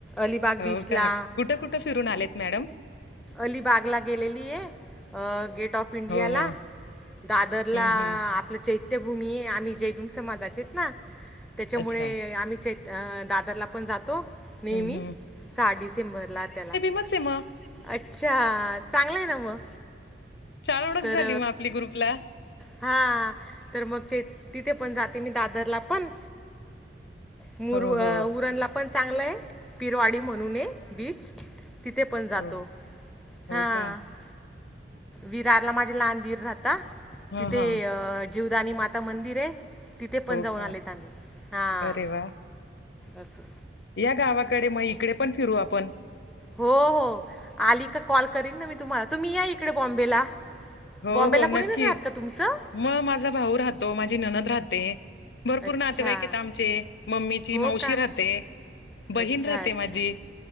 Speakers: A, in the centre; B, on the left (about 70°).
A: अलिबाग
B: हो
A: बीचला.
B: का कुठं कुठं फिरून आलेत मॅडम?
A: अलिबागला गेलेली आहे गेट ऑफ. पिंडियाला
B: हो हो
A: दादरला
B: हम्म हम्म
A: आपलं चैत. चैत्यभूमी आहे आम्ही जयभीम समाजाचेच ना त्याच्यामुळे
B: अच्छा
A: आम्ही चै. दादरला पण जातो
B: हम्म
A: नेहमी सहा डिसेंबरला त्याला.
B: मच म.
A: अच्छा चांगला आहे ना मग
B: छान ओळख
A: तर.
B: झाली मग आपली ग्रुपला.
A: हा तर मग. तिथे पण जाते मी दादरला पण मुर
B: हो हो
A: उरणला. पण चांगलं आहे पिरवाडी म्हणून आहे बीच तिथे पण. जातो
B: हो हो
A: हां
B: का.
A: विरारला माझे लहान गीर राहता
B: हा
A: तिथे.
B: हा
A: जीवदानी माता मंदिर आहे तिथे पण
B: हो
A: जाऊन
B: का
A: आलेत आम्ही हां.
B: अरे वा.
A: अससं.
B: या गावाकडे मग इकडे पण फिरू आपण.
A: हो हो आली का कॉल करीन ना मी तुम्हाला तुम्ही या इकडे बॉम्बेला.
B: हो
A: बॉम्बेला
B: हो नक्की.
A: कोणी राहात का तुमचं?
B: मग माझा भाऊ राहतो माझी ननद राहते. भरपूर
A: अच्छा
B: नातेवाईकेत आमचे मम्मीची
A: हो
B: मावशी
A: का
B: राहते बहीण
A: अच्छा
B: राहते
A: अच्छा
B: माझी.